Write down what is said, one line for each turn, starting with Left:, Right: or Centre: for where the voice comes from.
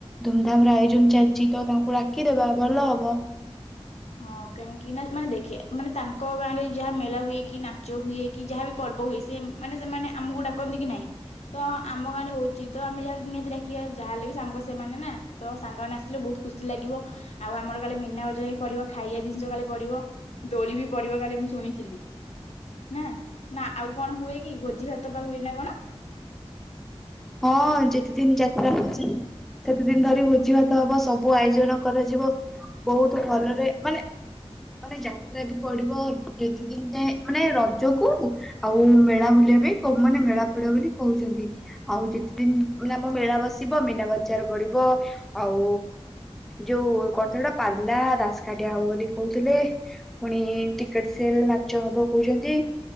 Centre: ଧୁମଧାମ ର ଆୟୋଜନ ଚାଲିଛି ତ ତାଙ୍କୁଡାକିଦବା ଭଲ ହବ।
Left: ହଁ କାହିଁକି ନା ମାନେ ଦେଖେ ମାନେ ତାଙ୍କ ଗାଁରେ ଯାହା ମେଳା ହୁଏ କି ନାଚ ହୁଏ କି ଯାହା ବି ପର୍ବ ହୁଏ ସେ ମାନେ ସେମାନେ ଆମକୁ ଡାକନ୍ତି କି ନାହିଁ ତ ଆମ ଗାଁରେ ହଉଛି ତ ଆମେ ଯାହା ନିହାତି ଡାକିବା ଯାହା ହେଲେ ବି ସାଙ୍ଗ ସେମାନେ ନା ତ ସାଙ୍ଗମାନେ ଆସିଲେ ବହୁତ ଖୁସି ଲାଗିବ ଆଉ ଆମର କାଳେ ମିନା ବଜା ହେ ପରିବ ଖାଇବା ଜିନିଷ ଖାଲି ପଡିବ ଦୋଳି ବି ପଡିବ କାଳେ ମୁଁ ଶୁଣିଥିଲି ନା ନା ଆଉ କଣ ହୁଏ କି ଭୋଜି ଭାତ ପା ହୁଏ ନା କଣ?
Centre: ହଁ ଯେତେ ଦିନ ଯାତ୍ରା ହଉଛି ସେତେ ଦିନ ଧରି ଭୋଜିଭାତ ହବ ସବୁ ଆୟୋଜନ କରାଯିବ ବହୁତ ଘରରେ ମାନେ ମାନେ ଯାତ୍ରା ବି ପଡିବ ଯେତ ଦିନ ଯାଏ ମାନେ ରଜକୁ ଆଉ ମେଳା ବୁଲିବା ପାଇଁ କୋଉମାନେ ମେଳା ପଡ଼ିବ ବୋଲି କହୁଛନ୍ତି। ଆଉ ଯେତେ ଦିନ ମାନେ ଆମ ମେଳା ବସିବ ମିନା ବଜାର ପଢିବ ଆଉ ଯୋଉ କଣତ ହେଟା ହେଲା ଦାସ କାଟିଆ ହବ ବୋଲି କହୁ ହେଲେ ପୁଣି ଟିକେଟ ସେଲ ନାଚ ହବ କହୁଛନ୍ତି